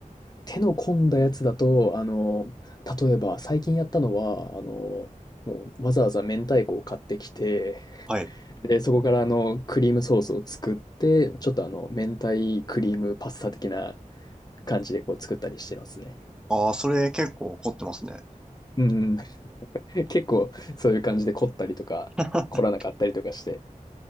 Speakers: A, on the left; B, in the centre.
A: 手の込んだやつだと、あの、例えば最近やったのは、あの、もうわざわざ明太子を買ってきて、
B: はい。
A: で、そこからあの、クリームソースを作って、ちょっとあの、明太クリームパスタ的な感じでこう作ったりしてますね。
B: ああ、それ結構凝ってますね。
A: うんうん。<laughs> 結構そういう感じで凝ったりとか、
B: <laughs>
A: 凝らなかったりとかして。